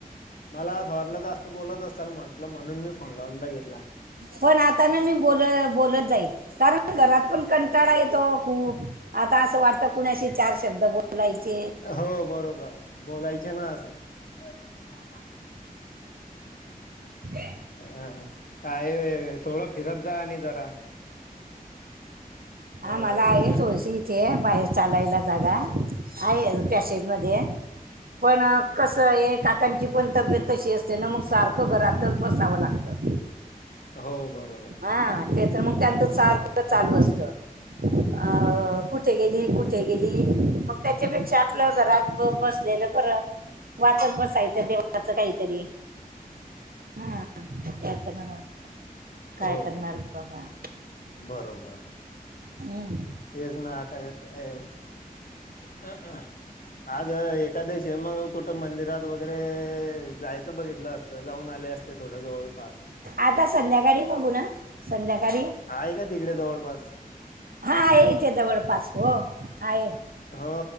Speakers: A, on the left; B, on the right.
A: मला असं वाटलं जास्त बोलत असाल म्हण -लं म्हणून मी फोन लावून बघितला.
B: पण आता न मी बोल बोलत जाईल कारण घरात पण कंटाळा येतो खूप. आता असं वाटतं कुणाशी चार शब्द बोलायचे?
A: हो बरोबर. बोलाय -चेना असं. हा हा
B: हं
A: हं काय थोडं फिरत जा आणि जरा. हो
B: आमाला आहे
A: ज
B: थोडीशी इथे बाहेर चालायला जागा. आहे पॅसेज मध्ये. पण कसंये काकांची पण तब्येत तशी असते न मग सारखं घरातच बसावं लागतं.
A: हो बरोबर
B: हा ते तर मग त्यांचं सारख चालू असत, अ कुठे गेली. कुठे गेली, मग त्याच्यापेक्षा आपलं घरात ब बसलेलं बरं. वाचत बसायचं देवाचं काहीतरी, हा तेच ना मग. काय
A: हो
B: करणार बाबा.
A: बरोबर.
B: हम्.
A: तेच ना आता का काय आज एकादशीये मग कूट मंदिरात वगैरे जायचं बघितलं असतं जाऊन आले असते थोडं जवळपास.
B: आता संध्याकाळी बघू न संध्याकाळी‌.
A: आहे का तिकडे जवळपास
B: हा आहे इथे जवळपास हो आहे.
A: हो